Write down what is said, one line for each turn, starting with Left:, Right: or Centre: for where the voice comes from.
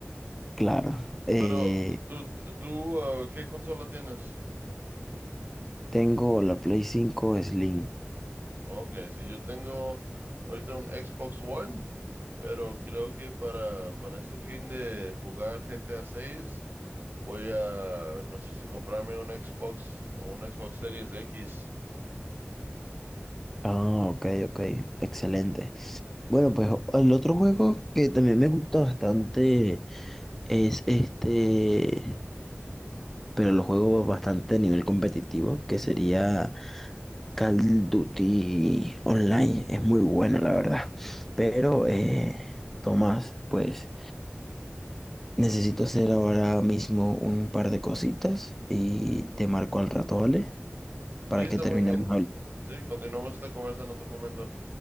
Centre: Claro, eh,
Right: Pero tú, tú, uh, ¿qué consola tienes?
Centre: tengo la Play 5 Slim.
Right: Ok, sí, yo tengo ahorita un Xbox One, pero creo que para, para este fin de jugar G T A seis voy a, no sé si comprarme un Xbox, un Xbox Series X.
Centre: Ah, ok, ok, excelente. Bueno, pues el otro juego que también me gusta bastante es este, pero lo juego bastante a nivel competitivo, que sería Call of Duty Online es muy bueno, la verdad. Pero, eh, Tomás, pues necesito hacer ahora mismo un par de cositas y te marco al rato, ¿vale? Para
Right: Sí, está
Centre: que terminemos
Right: muy bien.
Centre: hablando.
Right: Sí, continuamos esta conversa en otro momento.